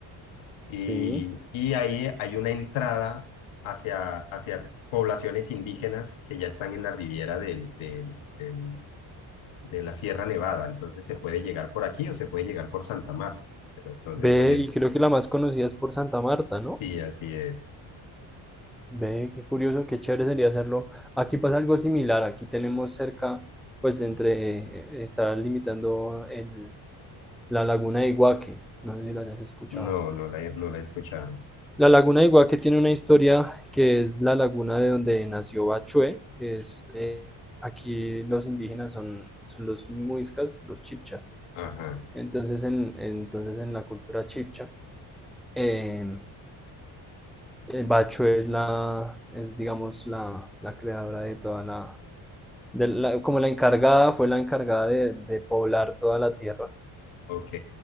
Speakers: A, on the left; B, in the centre.
A: y,
B: sí.
A: y ahí hay una entrada hacia, hacia poblaciones indígenas que ya están en la riviera del, del, del de la Sierra Nevada, entonces se puede llegar por aquí o se puede llegar por Santa Marta, pero entonces
B: Ve,
A: Valle,
B: y creo que la más conocida es por Santa Marta,
A: sí,
B: ¿no?
A: así es.
B: Ve, qué curioso, qué chévere sería hacerlo. Aquí pasa algo similar, aquí tenemos cerca, pues entre, eh, está limitando el, la laguna de Iguaque, no sé si la hayas escuchado.
A: No, no la, he- no la he escuchado.
B: La laguna de Iguaque tiene una historia que es la laguna de donde nació Bachué, que es, eh, aquí los indígenas son, son los muiscas, los chipchas.
A: Ajá,
B: Entonces en, entonces en la cultura chipcha, eh, el Bachué es la, es digamos la, la creadora de toda la de la- como la encargada, fue la encargada de, de poblar toda la tierra.
A: ok,